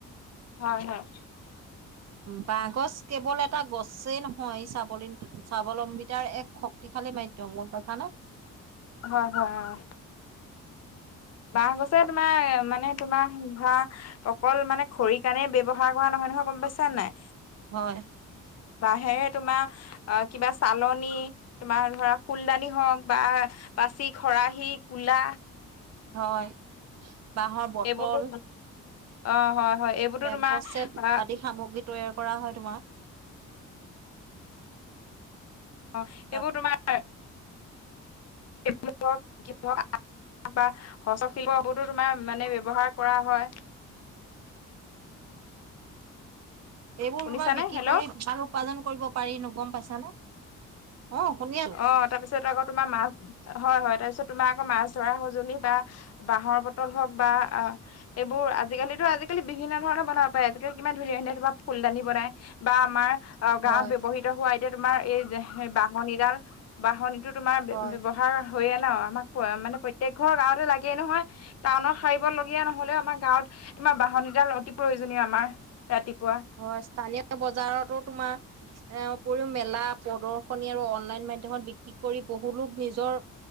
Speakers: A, on the left (about 50°); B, on the right (about 55°).
A: হয়-হয়।
B: বাঁহ গছ কেৱল এটা গছেই নহয় স্বাৱলম স্বাৱলম্বিতাৰ এক শক্তি শক্তিশালী মাধ্যম গম পাইছানে।
A: হয়-হয় অ'। বাঁহ গছে তোমাৰ মানে তোমাৰ ধৰা অকল মানে খৰি কাৰণে ব্যৱহাৰ পোৱা নহয়-নহয় গম পাইছা নাই।
B: হয়।
A: বাঁহেৰে তোমাৰ অ' কিবা চালনি, তোমাৰ ধৰা ফুলদানি হওঁক বা পাচি, খৰাহী, কোলা
B: হয়। বাঁহৰ বটল,
A: এইবোৰতো অ হয় হয় এইবোৰতো
B: লেম্প
A: তোমাৰ
B: চেট আদি
A: আহ
B: সামগ্ৰী তৈয়াৰ কৰা হয় তোমাৰ।
A: অ'। সেইবোৰ
B: তাত
A: তোমাৰ <inaudible> তাৰপা হস্ত-শিল্পবোৰতো তোমাৰ মানে ব্যৱহাৰ কৰা হয়।
B: এইবোৰ
A: শুনিছানে
B: তোমাৰ বিক্ৰী
A: হেল্ল'
B: কৰি ভাল উপাৰ্জন কৰিব পাৰি নো গম পাইছানে। অ' শুনি আছোঁ।
A: অ', তাৰপিছত আকৌ তোমাৰ মাছ হয়-হয় তাৰপিছত তোমাৰ আকৌ মাছ ধৰা সঁজুলি বা বাঁহৰ বটল হওক বা অ' এইবোৰ আজিকালিতো আজিকালি বিভিন্ন ধৰণৰ বনাব পাৰে আজিকালি কিমান ধুনীয়া-ধুনীয়া তোমাৰ ফুলদানি বনাই। বা আমাৰ অ'
B: হয়
A: গাঁৱত ব্যৱহৃত হোৱা এতিয়া তোমাৰ এই বাহনিডাল বাহনিটো তোমাৰ ব্যৱহাৰ
B: হয়
A: হয়ে ন' আমাক মানে প্ৰত্যেক ঘৰ গাঁৱতে লাগেই নহয়। টাউনত সাৰিবলগীয়া নহ'লেও আমাৰ গাঁৱত তোমাৰ বাহনিডাল অতি প্ৰয়োজনীয় আমাৰ। ৰাতিপুৱা।
B: হয়, স্থানীয় বজাৰতো তোমাৰ এ উপৰিও মেলা পদৰ <unintelligible> অনলাইন মাধ্যমত। কি কৰি বহুলোক নিজৰ